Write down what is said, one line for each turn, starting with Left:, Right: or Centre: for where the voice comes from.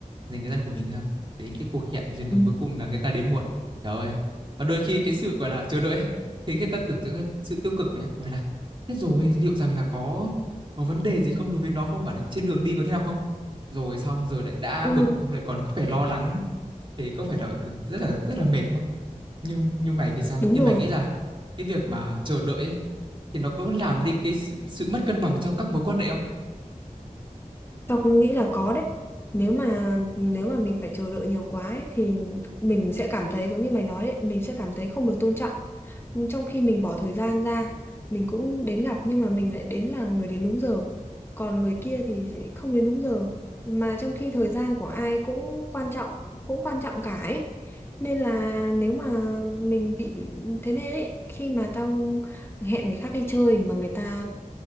Right: dành thời gian của mình ra đến cái cuộc hẹn rồi là
Left: ừ.
Right: cuối cùng là người ta đến muộn trời ơi và đôi khi cái sự gọi là chờ đợi ấy, khiến người ta tưởng tượng ra sự tiêu cực mày á bảo là thế rồi liệu rằng là có có vấn đề gì không đối với nó không bảo là trên đường đi có thế nào không rồi xong giờ lại đã
Left: Ừ,
Right: bực xong lại còn cứ phải lo lắng thế có phải là rất là rất là mệt không nhưng nhưng mày thì sao
Left: đúng
Right: nhưng
Left: rồi
Right: mày nghĩ là cái việc mà chờ đợi ấy, thì nó có làm đi cái sự, sự mất cân bằng trong các mối quan hệ không
Left: Tao cũng nghĩ là có đấy. Nếu mà nếu mà mình phải chờ đợi nhiều quá ấy, thì mình sẽ cảm thấy giống như mày nói đấy, mình sẽ cảm thấy không được tôn trọng. Nhưng Trong khi mình bỏ thời gian ra, mình cũng đến gặp nhưng mà mình lại đến là người đến đúng giờ. Còn người kia thì sẽ không đến đúng giờ. Mà trong khi thời gian của ai cũng quan trọng, cũng quan trọng cả ấy. Nên là nếu mà mình bị thế nên ấy, khi mà tao hẹn người khác đi chơi mà người ta